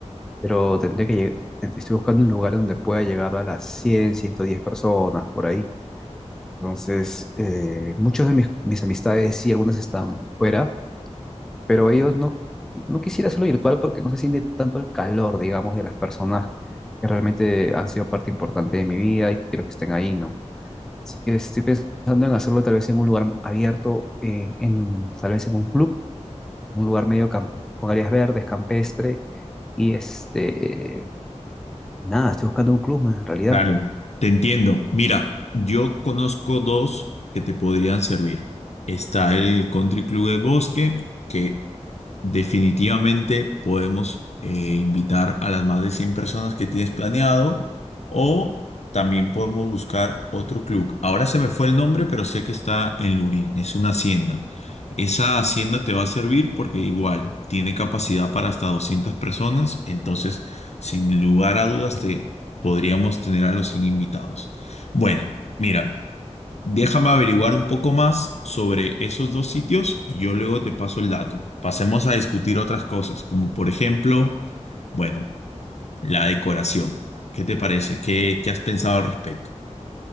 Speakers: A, in the centre; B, on the left.
A: Pero tendría que llegar, estoy buscando un lugar donde pueda llegar a las cien ciento diez personas, por ahí. Entonces, eh, muchos de mis, mis amistades, sí, algunas están fuera, pero ellos no, no quisiera hacerlo virtual porque no se siente tanto el calor, digamos, de las personas que realmente han sido parte importante de mi vida y que quiero que estén ahí, ¿no? Así que estoy pensando en hacerlo tal vez en un lugar abierto, eh, en, tal vez en un club, un lugar medio cam- con áreas verdes, campestre, y este, nada, estoy buscando un club más en realidad.
B: Claro. Te entiendo. Mira, yo conozco dos que te podrían servir. Está el Country Club del Bosque, que Definitivamente podemos eh, invitar a las más de 100 personas que tienes planeado o también podemos buscar otro club. Ahora se me fue el nombre, pero sé que está en Lurín, es una hacienda. Esa hacienda te va a servir porque igual tiene capacidad para hasta 200 personas, entonces sin lugar a dudas te podríamos tener a los 100 invitados. Bueno, mira. Déjame averiguar un poco más sobre esos dos sitios y yo luego te paso el dato. Pasemos a discutir otras cosas, como por ejemplo, bueno, la decoración. ¿Qué te parece? ¿Qué, qué has pensado al respecto?